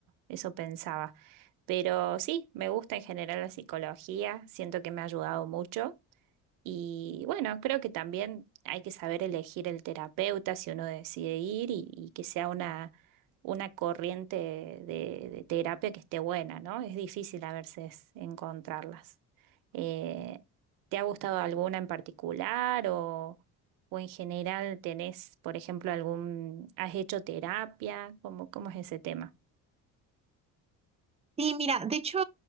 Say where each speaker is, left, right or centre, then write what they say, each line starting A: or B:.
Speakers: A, on the right; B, on the right.
A: eso pensaba. Pero sí, me gusta en general la psicología, siento que me ha ayudado mucho. Y bueno, creo que también hay que saber elegir el terapeuta si uno decide ir y, y que sea una, una corriente de, de terapia que esté buena, ¿no? Es difícil a veces encontrarlas. Eh, ¿te ha gustado alguna en particular o, o en general tenés, por ejemplo, algún, has hecho terapia? ¿Cómo, cómo es ese tema?
B: Sí, mira, de hecho,